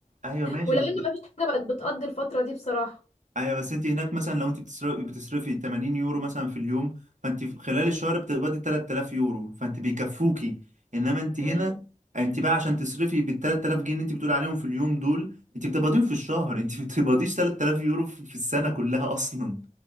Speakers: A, on the right; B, on the left.
A: ايوه ماشي
B: ولان
A: بس
B: مفيش حاجه بقت بتقضي الفتره دي بصراحه
A: ايوه بس انت هناك مثلا لو انت بتصرفي بتصرفي 80 يورو مثلا في اليوم فانت في خلال الشهر بتقبضي 3000 يورو فانت بيكفوكي انما انت هنا
B: امم
A: انت بقى عشان تصرفي بال 3000 جنيه اللي انت بتقولي عليهم في اليوم دول انت بتقبضيهم في الشهر انت <laughs> ما بتقبضيش 3000 يورو في في السنه كلها اصلا